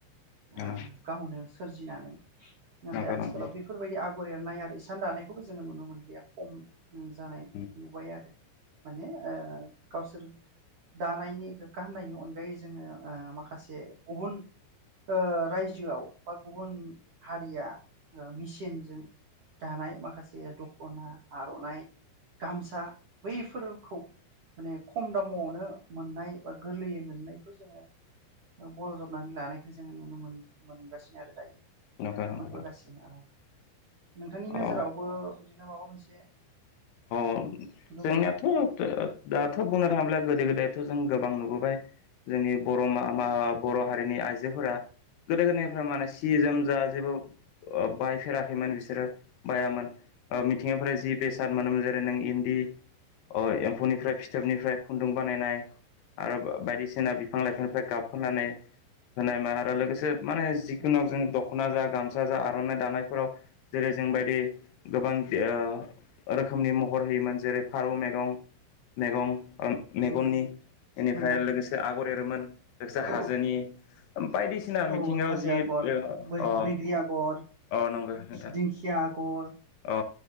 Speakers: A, on the right (about 85°); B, on the left (about 70°).
A: ओ
B: औ
A: गावनो सोरजिनानै नाथाय
B: नंगौ
A: आथिखालाव
B: नंगौ नंगौ नोंथां
A: बेफोरबायदि आगर एरनाय आरो इसान दानायखौबो जोङो नुनो मोनलिया खम जानाय
B: औ
A: नुबाय आरो माने ओ गावसोर दानायनि गोग्गा होननायनि अनगायै जोङो ओ माखासे गुबुन ओ राज्योआव बा गुबुन हारिया ओ मेसिनजों दानाय माखासे दख'ना आर'नाइ गामसा बैफोर खौ माने खम दामावनो मोननाय बा गोरलैयै मोननायखौ जोङो ओ बजबनानै लानायखौ जोङो नुनो मोन मोनगासिनो आरो दायो।
B: नंगौ नंगौ
A: मोनबोगासिनो औ नोंथांनि नोजोरावबो
B: अ
A: बिदिनो माबा मोनसे
B: जोंनियाथ'
A: नुदों नामा?
B: ओ दाथ' बुंनो थाङोब्ला गोदो गोदायथ' जों गोबां नुबोबाय जोंनि बर' मा मा बर' हारिनि आइजोफोरा गोदो गोदायनिफ्राय माने सि जोम जा जेबो ओ बायफेराखैमोन बिसोरो बायामोन ओ मिथिंनिफ्राय जि बेसाद मोनोमोन जेरै नों इन्दि ओ एम्फौनिफ्राय फिथोबनिफ्राय खुन्दुं बानायनाय आरो बायदिसिना बिफां लाइफांनिफ्राय गाब होनानै होनाय मा आरो लोगोसे माने जिखुनुग
A: नंगौ
B: जों दख'ना गा गामसा जा आर'नाइ दानायफोराव जेरै जोंबायदि गोबां जि ओ रोखोमनि महर होयोमोन जेरै फारौ मेगं मेगं ओ मेगननि
A: नंगौ
B: इनिफ्राय
A: नंगौ
B: लोगोसे आगर एरोमोन लोगोसे
A: औ
B: हाजोनि बायदिसिना
A: औ
B: मिथिंगायाव
A: हाजो
B: जि
A: आगर
B: अ
A: बैग्रि आगर
B: अ नंगौ नोंथां
A: दिंखिया आगर
B: अ